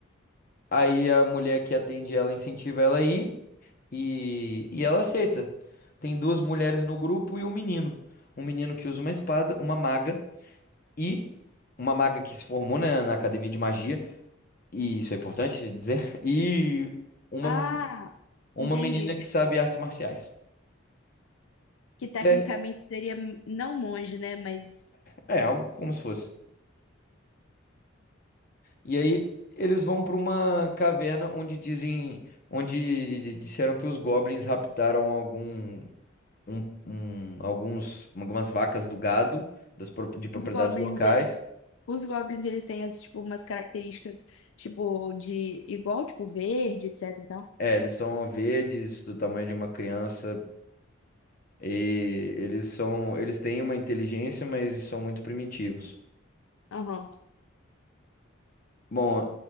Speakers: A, on the left (about 45°); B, on the left (about 80°).
A: Aí a mulher que atende ela incentiva ela a ir e e ela aceita. Tem duas mulheres no grupo e um menino. Um menino que usa uma espada, uma maga e uma maga que se formou na, na academia de magia, e isso é importante dizer, <laughs> e uma
B: Ah,
A: Uma
B: entendi.
A: menina que sabe artes marciais.
B: Que tecnicamente
A: E aí,
B: seria m- não monge, né? Mas
A: é, algo como se fosse. E aí eles vão para uma caverna onde dizem, onde disseram que os goblins raptaram algum, um- um- alguns, algumas vacas do gado, das, pro- de propriedades
B: os goblins,
A: locais.
B: eles. Os goblins, eles têm as, tipo, umas características, tipo, de igual, tipo, verde, etc e tal.
A: É, eles são verdes, do tamanho de uma criança, e eles são, eles têm uma inteligência, mas são muito primitivos.
B: Aham,
A: Bom,